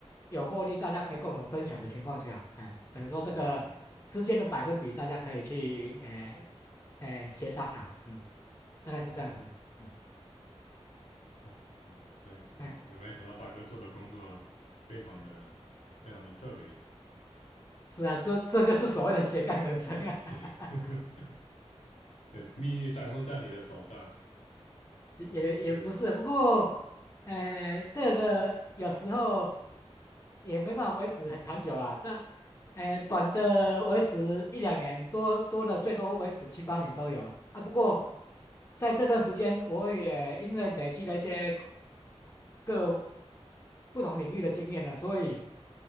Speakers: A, on the left; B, on the left.
A: 有获利大家可以共同分享的情况下，哎，等于说这个之间的百分比大家可以去哎
B: 哦哦哦
A: 哎协商啊，嗯，大概是这样子，
B: 哦
A: 嗯，
B: 哦哦，对，哇，
A: 哎，
B: 真没想到大哥做的工作非常的非常的特别，
A: 是啊，这这就是所谓的斜杠人生啊。
B: 是。<laughs>
A: <laughs>
B: 对，命运掌控在你的手上。
A: 也也不是，
B: 对，
A: 不过，呃，这个有时候也没办法维持很长久啦。但，呃，短的维持一两年，多多的最多维持七八年都有啊。不过，在这段时间，我也因为累积了一些各不同领域的经验了，所以